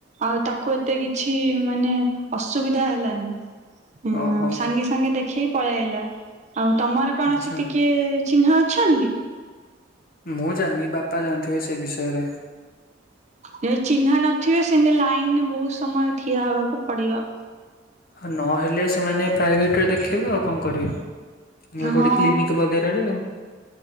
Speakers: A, on the right; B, on the left.
A: ଆଉ ତାକୁ ଏତେ କିଛି ମାନେ ଅସୁବିଧା ହେଲାନି। ହୁଁ
B: ଓହୋ
A: ସାଙ୍ଗେ ସାଙ୍ଗେ ଦେଖେଇି ପଳେଇ ଆଇଲା ଆଉ ତମର କଣ
B: ଆଚ୍ଛା।
A: ସେ ଟିକିଏ ଚିହ୍ନା ଅଛନ୍ତି।
B: ମୁଁ ଜାଣିନି ବାପା ଜାଣିଥିବେ ସେ ବିଷୟରେ।
A: ଯଦି ଚିନ୍ହା ନଥିବେ ସେମତି ଲାଇନରେ ବହୁତ ସମୟ ଠିଆ ହବାକୁ ପଡିବ।
B: ହ ନହେଲେ ସେମାନେ ପ୍ରାଇଭେଟରେ ଦେଖେଇବେ ଆଉ କଣ କରିବେ ନ ହେଲେ
A: ହଁ।
B: କୋଉଠି କ୍ଲିନିକି ବଗେ <unintelligible>